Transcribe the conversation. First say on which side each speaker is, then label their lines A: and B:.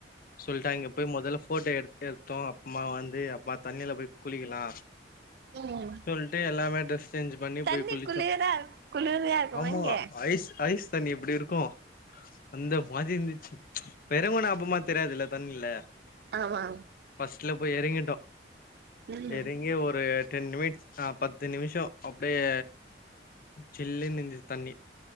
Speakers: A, on the left; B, on the right.
A: சொல்லிட்டு அங்க போய் மொதல்ல போட்டோ எடுத்து எடுத்தோ அப்பமா வந்து அப்பமா தண்ணியில போய் குளிக்கலா
B: ம்
A: சொல்லிட்டு எல்லாமே ட்ரெஸ் சேஞ்ச் பண்ணி
B: தண்ணி
A: போய் குளிச்சோம்
B: குளிரா குளிர்யா இருக்குமா
A: ஆமா
B: இங்க
A: ஐஸ் ஐஸ் தண்ணி எப்டி இருக்கும் அந்த மாரி இருந்துச்சு எறங்கனா அப்பமா தெரியாதுல்ல தண்ணில
B: ஆமா
A: ஃபர்ஸ்ட்ல போய் எறங்கிட்டோ
B: ம்
A: எறங்கி ஒரு டென் மினிட்ஸ் ஆ பத்து நிமிஷோ அப்டியே சில்லுன்ந்தது தண்ணி